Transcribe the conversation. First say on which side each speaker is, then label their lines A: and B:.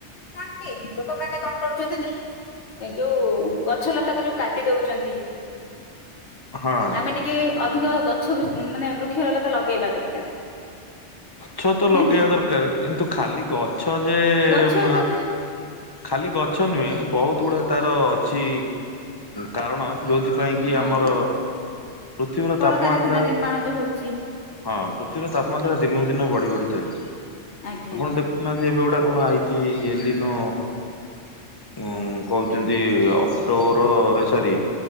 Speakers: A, on the left; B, on the left.
A: କଣ କି ଲୋକମାନେ କଣ କରୁଛନ୍ତିନା ଏ ଯୋଉ ଗଛ ଲତାକୁ ଯୋଉ କାଟି ଦଉଛନ୍ତି
B: ହଁ
A: ଆମେ ଟିକେ ଅଧିକ ଗଛ ମାନେ ବୃକ୍ଷରଲତ ଲଗେଇବା ଦରକାର
B: ଗଛତ
A: ନା
B: ଲଗେଇବା
A: କି?
B: ଦରକାର କିନ୍ତୁ ଖାଲି ଗଛ ଯେ
A: ଛ
B: ଉମ,
A: ତ ଖ
B: ଖାଲି ଗଛ ନୁହେଁ, ବହୁତ ଗୁଡ଼ାଏ ତାର ଅଛି କାରଣ ଯୋଉଥିପାଇଁ କି
A: ହଁ
B: ଆମର ପୃଥିବୀର
A: କଳକାରଖାନା
B: ତାପମାତ୍ରା
A: ନିର୍ମାଣ ଯୋଉ ହଉଛି।
B: ହଁ ପୃଥିବୀର ତାପମାତ୍ରା ଦିନକୁ ଦିନ ବଢି ବଢି ଚାଲିଛି,
A: ଆଜ୍ଞା
B: ଆପଣ ଦେଖୁନାହାନ୍ତି ଏବେ ଗୋଟା କଣ ଆଇଚି ଏଲିନ ହଁ କହୁଛନ୍ତି ଅକ୍ଟୋବର ଏ ସରି